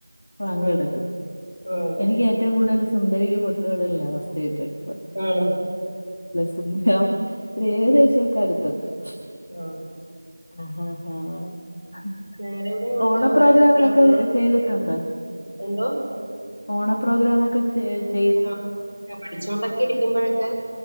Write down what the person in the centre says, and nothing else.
ആ ആ, അതെ
ആണോ
ആ
ഞങ്ങടെ ഇവിടെ ഉണ്ട് ഓരോ ക്ലബ്ബുകൾ
എന്തോ
<unintelligible> പഠിച്ചോണ്ടൊക്കെ ഇരിക്കുമ്പോഴൊക്കെ